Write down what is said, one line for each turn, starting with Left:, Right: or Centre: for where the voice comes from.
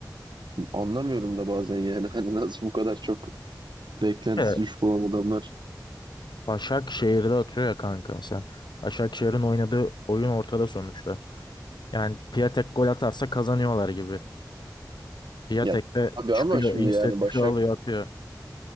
Right: anlamıyorum da bazen yani <laughs> hani nasıl bu kadar çok beklentisi
Left: Bir de
Right: düşük olan adamlar.
Left: Başakşehir'de atıyor ya kanka mesela. Başakşehir'in oynadığı oyun ortada sonuçta. Yani Piatek gol atarsa kazanıyorlar gibi. Piatek
Right: Ya
Left: de
Right: abi
Left: çıkıyor,
Right: ama şimdi
Left: inisiyatifi
Right: yani Başak
Left: alıyor, atıyor.